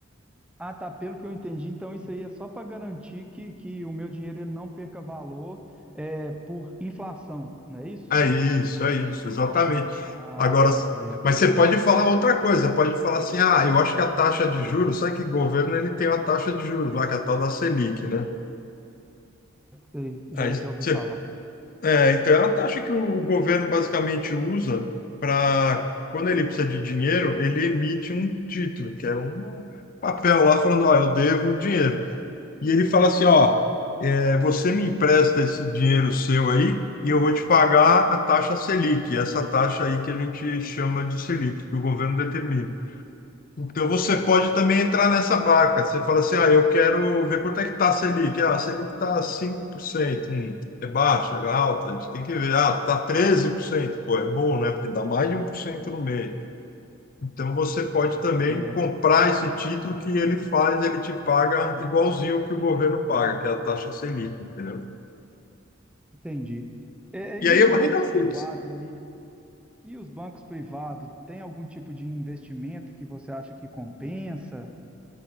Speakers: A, in the centre; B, on the left.
A: Ah, tá. Pelo que eu entendi, então isso aí é só para garantir que, que o meu dinheiro ele não perca valor é, por inflação, não é isso?
B: É isso, é isso, exatamente.
A: Ah,
B: Agora,
A: certo.
B: mas você pode falar outra coisa, pode falar assim, ah, eu acho que a taxa de juros, sabe que o governo ele tem uma taxa de juros lá, que é a tal da Selic, né?
A: Sei, Já,
B: Aí
A: já ouvi
B: você
A: falar.
B: É, então é a taxa que o governo basicamente usa para, quando ele precisa de dinheiro, ele emite um título, que é um papel lá falando, ó, eu devo o dinheiro. E ele fala assim, ó, é, você me empresta esse dinheiro seu aí e eu vou te pagar a taxa Selic, essa taxa aí que a gente chama de Selic, que o governo determina. Então você pode também entrar nessa barca. Você fala assim, ah, eu quero ver quanto é que está a Selic. Ah, a Selic está 5%. Hum, é baixa, é alta. A gente tem que ver. Ah, está treze por cento Pô, é bom, né? Porque dá mais de um por cento no mês. Então você pode também
A: É,
B: comprar esse título que ele faz, ele te paga igualzinho que o governo paga, que é a taxa Selic, entendeu?
A: entendi. É,
B: E
A: e
B: aí
A: os
B: é uma
A: bancos
B: renda
A: privados
B: fixa.
A: aí? E os bancos privados, tem algum tipo de investimento que você acha que compensa?